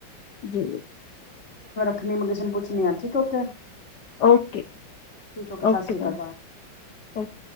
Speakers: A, on the left; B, on the left.
A: <unintelligible> ਜੀ
B: ਖਣੀ ਮੈਂ ਕਿਸੇ ਨੂੰ ਪੁੱਛਣੀ <unintelligible>
A: ਓਕੇ
B: ਠੀਕ ਸਤਿ
A: ਓਕੇ,
B: ਸ਼੍ਰੀ
A: ਬਾਏ,
B: ਅਕਾਲ
A: ਓਕੇ